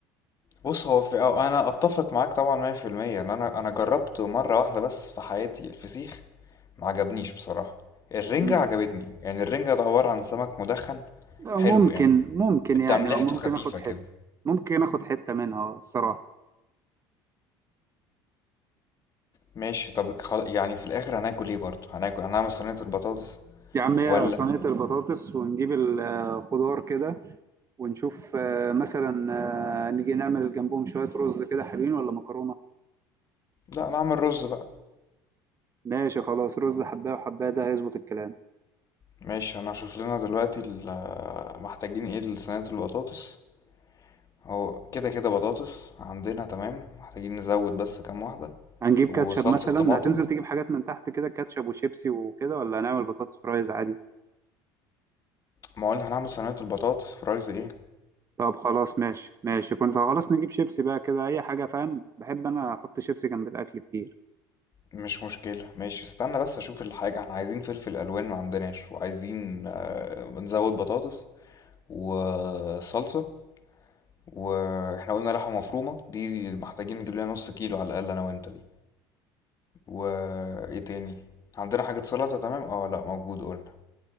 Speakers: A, on the left (about 35°); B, on the right (about 30°).
A: بص هو في أو انا اتفق معاك طبعا 100% ان انا انا جربته مره واحده بس في حياتي الفسيخ ما عجبنيش بصراحه الرنجه
B: مم.
A: عجبتني يعني الرنجه ده عباره عن سمك مدخن
B: آه،
A: حلو
B: ممكن
A: يعني
B: ممكن يعني
A: تملحته
B: أو ممكن
A: خفيفه
B: اخد حتة
A: كده
B: ممكن اخد حتة منها الصراحة
A: ماشي طب خل... يعني في الاخر هناكل ايه برضه هناكل هنعمل صينيه البطاطس
B: يا عم هي
A: ولا
B: صينية البطاطس ونجيب الخضار كده ونشوف آه، مثلا آه، نيجي نعمل جنبهم شوية رز كده حلوين ولا مكرونة
A: لا نعمل رز بقى
B: ماشي خلاص رز حباية وحباية ده هيظبط الكلام
A: ماشي انا هشوف لنا دلوقتي ال- محتاجين ايه لصينيه البطاطس هو كده كده بطاطس عندنا تمام محتاجين نزود بس كام واحده
B: هنجيب كاتشب
A: وصلصه
B: مثلا
A: طماطم
B: هتنزل تجيب حاجات من تحت كده كاتشب وشيبسي وكده ولا هنعمل بطاطس فرايز عادي
A: ما قلنا هنعمل صينية البطاطس فرايز ايه
B: طب خلاص ماشي ماشي كنت خلاص نجيب شيبسي بقى كده أي حاجة فاهم بحب أنا أحط شيبسي جنب الأكل كتير
A: مش مشكلة ماشي استنى بس اشوف الحاجة احنا عايزين فلفل الوان ما عندناش وعايزين آه، نزود بطاطس وصلصة واحنا قلنا لحمة مفرومة دي محتاجين نجيب لنا نص كيلو على الاقل انا وانت دي وايه تاني عندنا حاجة سلطة تمام اه لا موجود قلنا